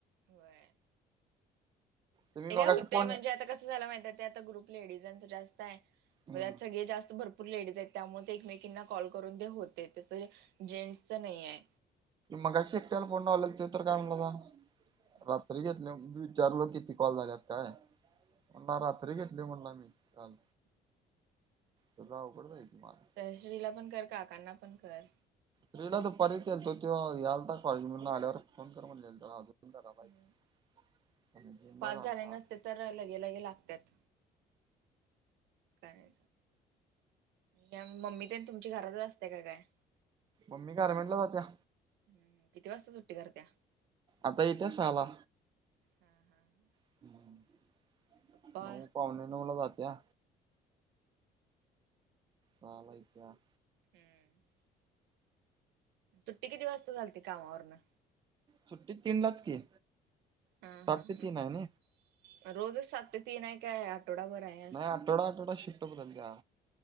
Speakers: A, on the right; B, on the right.
A: व्हय.
B: तुम्ही
A: ते
B: मगाशी
A: काय होते
B: फोन
A: म्हणजे आता कसं झाला माहिती आहे ते आता ग्रुप लेडीजांचं जास्त आहे
B: हम्म
A: म सगळे जास्त भरपू पूर लेडीज आहेत त्यामुळे ते एकमेकींना कॉल करून ते होते तस जेंट्सचं न्हाय हाय.
B: मगाशी एकट्याला फोन लावलेला ते तर काय म्हणला
A: हम्म,
B: रात्री घेतल्याली. विचारलं किती कॉल झाल्यात काय म्हणला रात्री घेतल्या म्हणला मी. काल तुझं अवघड जाईल की मला
A: त्या श्रीला पण कर काकांना पण कर.
B: श्रीला दुपारी केलतो तो यालता कॉलेजमधून आल्यावर फोन कर म्हटल्यांल. करालाय
A: हम्म.
B: जिमला
A: पाच
B: जाणार.
A: झाले नसते तर लगेलगे लागत्यात. काय त्या मम्मी तेंन तुमची घरातच असत्या का काय?
B: मम्मी गारमेंट ला जात्या.
A: हम्म, किती वाजता सुट्टी करत्या?
B: आता इत्या सहाला.
A: हम्म हम्म!
B: <unintelligible>
A: पप्पा
B: नऊ पावणे नऊ ला जात्या दहाला इत्या प
A: हम्म! सुट्टी किती वाजता झालती कामावरन?
B: सुट्टी तीन लाच की.
A: हा
B: सात
A: हा
B: ते तीन आहे ना
A: रोजच सात ते तीन हाय काय? आठवडाभर हाय.
B: नाही आठवडा आठवडा शिफ्ट बदलत्या